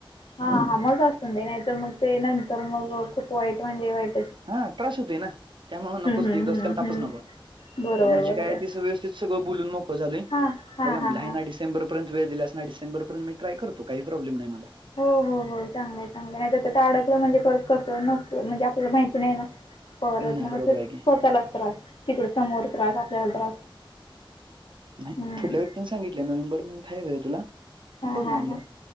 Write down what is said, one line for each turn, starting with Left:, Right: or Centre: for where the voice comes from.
Left: हा हा, मग असुं दे नाहीतर मंग ते नंतर मग अ खूप वाईट म्हणजे वाईट
Right: हा त्रास होतय ना, त्यामुळ नकोच
Left: हम्म
Right: ते डोसक्याला
Left: हम्म
Right: तापच
Left: हम्म
Right: नको.
Left: बरोबर
Right: त्यामुळे जी
Left: बरोबर
Right: काय आहे तीच व्यवस्थित सगळं बोलून मोकळ झालोय
Left: हा हा
Right: बघू या म्हणलं
Left: हा
Right: आहे
Left: हा
Right: ना डिसेंबर पर्यत वेळ दिलास ना. डिसेबरपर्यंत मी ट्राय करतो. काही प्रॉब्लेम नाही मला.
Left: हो हो हो चांगलं आहे. चांगला आहे. नाहीतर त्यात अडकल म्हणजे परत कस नको, म्हणजे आपल्याला माहिती नाही ना. परत
Right: नाही
Left: न
Right: बरोबर
Left: मग ते स्वतःलाच
Right: आहे की
Left: त्रास. तिकड समोर त्रास. आपल्याला त्रास.
Right: नाही
Left: हम्म
Right: पुुढल्या व्यक्तीनी सांगितले. नोव्हेंबर पर्यंत आहे वेळ तुला.
Left: हा
Right: बघ म्हणल्या.
Left: हा हा